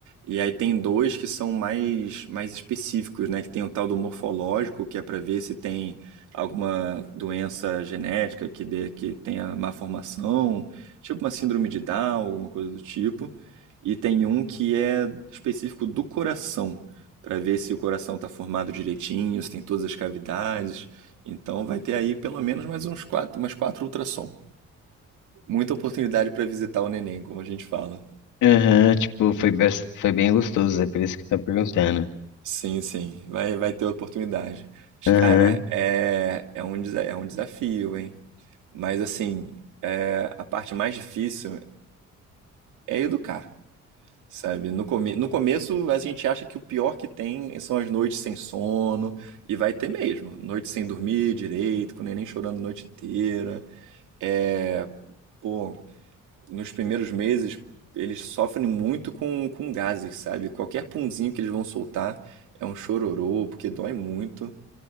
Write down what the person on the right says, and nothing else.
e aí tem dois que são mais mais específicos, né? Que tem o tal do morfológico, que é para ver se tem alguma doença genética que dê que tenha má formação, tipo uma síndrome de Down, alguma coisa do tipo. E tem um que é específico do coração, para ver se o coração está formado direitinho, se tem todas as cavidades. Então vai ter aí pelo menos mais uns quatro, umas quatro ultrassom. Muita oportunidade para visitar o neném, como a gente fala.
Sim, sim, vai, vai ter oportunidade. Mas,
cara, é, é um, desa- é um desafio, hein? Mas assim, é, a parte mais difícil é educar, sabe? No, come, no começo a gente acha que o pior que tem são as noites sem sono, e vai ter mesmo. Noites sem dormir direito, com o neném chorando a noite inteira. É, pô, nos primeiros meses, eles sofrem muito com, com gases, sabe? Qualquer punzinho que eles vão soltar é um chororô, porque dói muito,